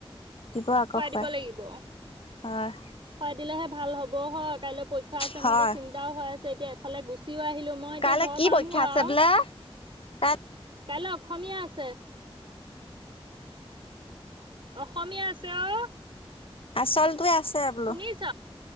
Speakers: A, on the left; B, on the right.
A: দিব আকৌ
B: খোৱাই
A: খুৱাই
B: দিব লাগিব।
A: হয়
B: খোৱাই দিলেহে ভাল হ'ব হয় কাইলৈ পৰীক্ষা আছে
A: হয়
B: মোৰ যে চিন্তাও হৈ আছে এতিয়া এফালে গুচিও আহিলোঁ। মই এতিয়া
A: কাইলৈ
B: ঘৰ
A: কি
B: পাম
A: পৰীক্ষা
B: গৈ
A: আছে
B: আৰু
A: বোলে কাই
B: কাইলৈ অসমীয়া আছে। অসমীয়া আছে অ'।
A: আচলটোৱে আছে বোলো,
B: শুনিছ